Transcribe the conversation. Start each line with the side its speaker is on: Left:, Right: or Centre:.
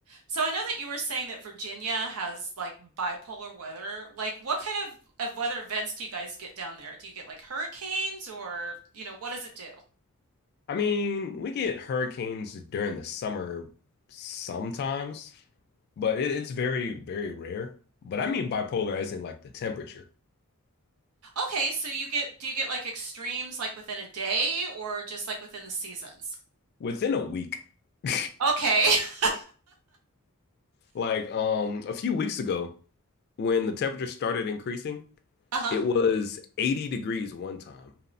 Right: So I know that you were saying that Virginia has like bipolar weather. Like what kind of, of weather events do you guys get down there? Do you get like hurricanes or, you know, what does it do?
Left: I mean, we get hurricanes during the summer sometimes, but it, it's very, very rare. But I mean bipolar as in like the temperature
Right: Okay, so you get do you get like extremes like within a day or just like within the seasons?
Left: within a week. <laughs>
Right: Okay. <laughs>
Left: Like um a few weeks ago when the temperature started increasing,
Right: Uh-huh.
Left: it was 80 degrees one time.